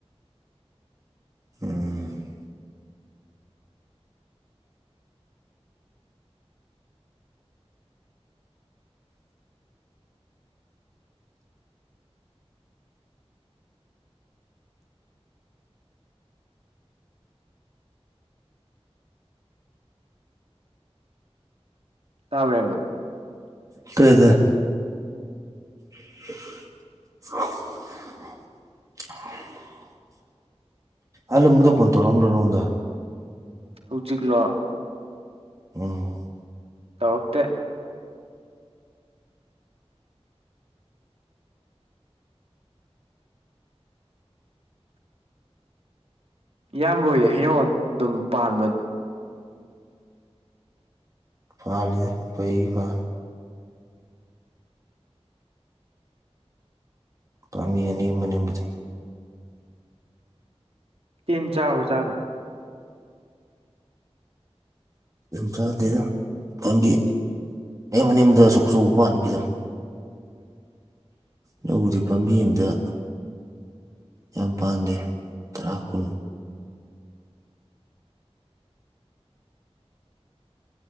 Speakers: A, on the right; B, on the right.
A: ꯎꯝ
B: ꯇꯥꯕꯔ ꯏꯌꯥꯝꯕ
A: <unintelligible> <unintelligible> ꯑꯜꯂ ꯃꯗ ꯐꯣꯟ ꯇꯧꯝ ꯔ ꯅꯅꯉꯗ
B: ꯍꯧꯖꯤꯛꯂꯣ
A: ꯑꯣ
B: ꯇꯧꯔꯛꯇꯦ ꯏꯌꯥꯝꯕ ꯍꫭꯏ ꯍꯩꯅꯧ ꯑꯗꯨꯝ ꯄꯥꯟꯕ
A: ꯐꯜꯂꯤꯗ ꯄꯩ ꯀ ꯄꯥꯝꯕꯤ ꯑꯅꯦꯝꯕ ꯅꯦꯝꯕꯗꯤ
B: ꯇꯦꯟ ꯆꯥꯔ ꯆꯥꯗꯕ
A: ꯆꯥꯗꯅ ꯅꯪꯒꯤ ꯑꯦꯝ ꯑꯅꯦꯝꯕꯥꯗ ꯑꯆꯧ ꯑꯆꯧꯕ ꯄꯥꯟꯕꯤꯗꯣ
B: <inaudible>
A: ꯂꯧꯎꯗꯤ ꯄꯥꯝꯕꯤ ꯑꯝꯗ ꯌꯥꯝ ꯄꯥꯥꯟꯝꯗꯦ ꯇꯔꯥ ꯀꯨꯟ